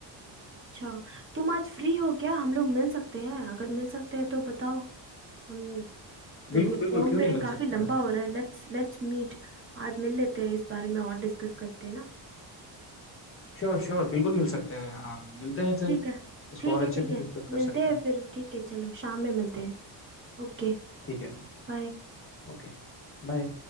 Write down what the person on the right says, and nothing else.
अच्छा तुम आज फ्री हो क्या हम लोग मिल सकते हैं अगर मिल सकते हैं तो बताओ हम तो ये
फोन
पे
काफी
लंबा
हो रहा है लेट्स लेट्स मीट आज मिल लेते हैं इस बारे में और डिस्कस करते हैं ना
ठीक है
ठीक
है ठीक
है
मिलते
हैं
फिर ठीक है चलो शाम में मिलते हैं ओके
बाय